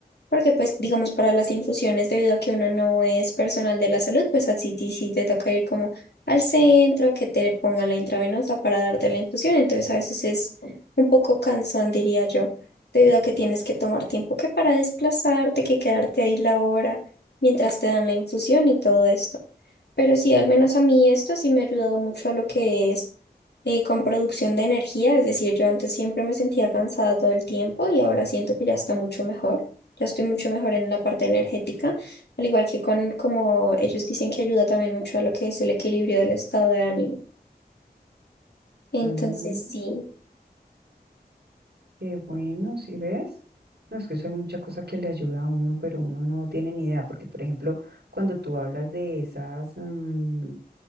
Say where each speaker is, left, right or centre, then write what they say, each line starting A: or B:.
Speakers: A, on the left; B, on the right.
A: Porque pues digamos para las infusiones, debido a que uno no es personal de la salud, pues así ti sí te toca ir como al centro, que te pongan la intravenosa para darte la infusión. Entonces a veces es un poco cansón, diría yo, debido a que tienes que tomar tiempo que para desplazarte, que quedarte ahí la hora mientras te dan la infusión y todo esto. Pero sí, al menos a mí esto sí me ha ayudado mucho a lo que es eh, con producción de energía. Es decir, yo antes siempre me sentía cansada todo el tiempo y ahora siento que ya está mucho mejor. Ya estoy mucho mejor en la parte energética, al igual que con como ellos dicen que ayuda también mucho a lo que es el equilibrio del estado de ánimo. Entonces,
B: Mm.
A: sí.
B: Qué bueno, si ves? No, es que eso hay mucha cosa que le ayuda a uno, pero uno no tiene ni idea, porque por ejemplo, cuando tú hablas de esas, mm,